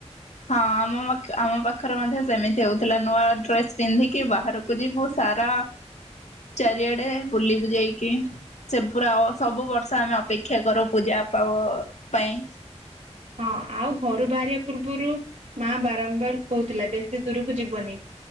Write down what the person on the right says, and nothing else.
ହଁ ଆଉ ଘରୁ ବାହାରିବା ପୂର୍ବରୁ ମା ବାରମ୍ବାର କହୁଥିଲା ବେଶୀ ଦୂରକୁ ଯିବନି।